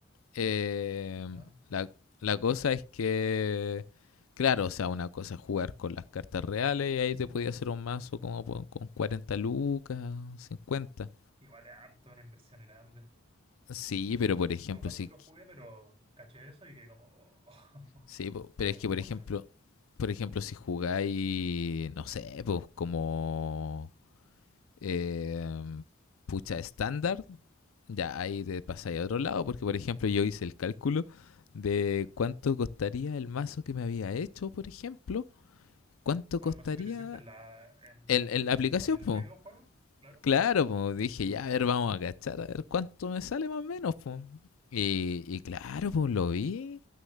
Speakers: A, on the left; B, on the right.
A: Eh,
B: Además,
A: la, la cosa es que, claro, o sea, una cosa es jugar con las cartas reales y ahí te podía hacer un mazo como po- con 40 lucas, cincuenta
B: igual es harto una inversión grande.
A: Sí, pero por
B: Me
A: ejemplo,
B: gustó cuando
A: sí,
B: lo jugué, pero caché eso y que como, <laughs> oh,
A: sí, po, pero
B: es
A: es
B: un
A: que por
B: mucho.
A: ejemplo, por ejemplo, si jugáis, no sé, pues como eh, pucha estándar, Ya, ahí te pasáis a otro lado, porque por ejemplo yo hice el cálculo de cuánto costaría el mazo que me había hecho, por ejemplo, cuánto
B: Con
A: costaría
B: el mazo que te hiciste en la, en,
A: el, el- la aplicación,
B: como en el
A: pues.
B: videojuego, claro.
A: Claro, pues dije, ya, a ver, vamos a cachar, a ver cuánto me sale más o menos, pues. Y, y claro, pues lo vi,